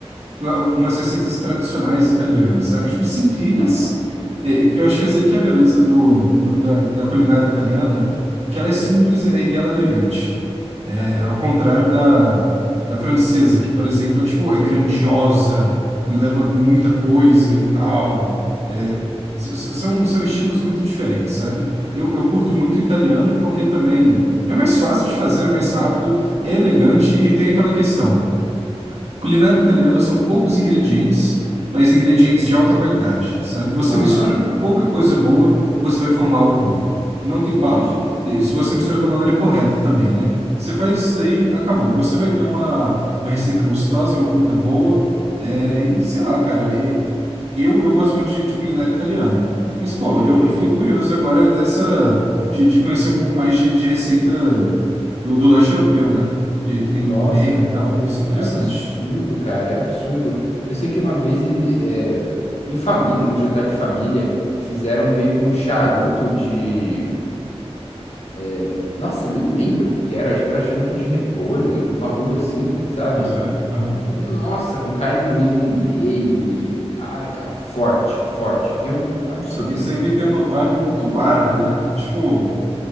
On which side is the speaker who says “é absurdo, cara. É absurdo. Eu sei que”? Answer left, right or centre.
Left